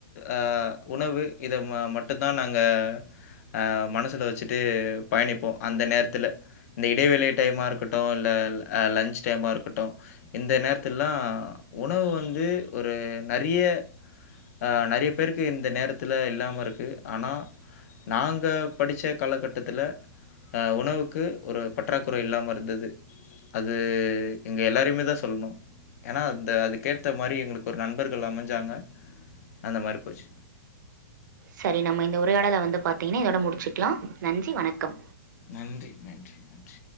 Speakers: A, on the left (about 45°); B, on the right (about 60°).
A: அ உணவு இத ம மட்டு தா நாங்க அ மனசுல வச்சுட்டு பயணிப்போ அந்த நேரத்துல்ல இந்த இடைவெள டைமாருக்கட்டு இல்ல லன்ச் டைமாருக்கட்டு இந்த நேரத்துல்லா உணவு வந்து ஒரு நறைய ஆ நறைய பேருக்கு இந்த நேரத்துல இல்லாம இருக்கு ஆனா நாங்க படிச்ச காலகட்டத்துல அ உணவுக்கு ஒரு பற்றாக்குறை இல்லாம இருந்தது அது எங்க எல்லாரையுமே தா சொல்லணு ஏன்னா அந்த அது கேத்த மாரி எங்களுக்கு ஒரு நண்பர்கள் அமைஞ்சாங்க அந்த மாரி போச்சு
B: சேரி நம்ம இந்த உரையாடல வந்து பாத்திங்கன்னா இதோட முடிச்சக்கலா நன்றி வணக்கம்
A: நன்றி நன்றி நன்றி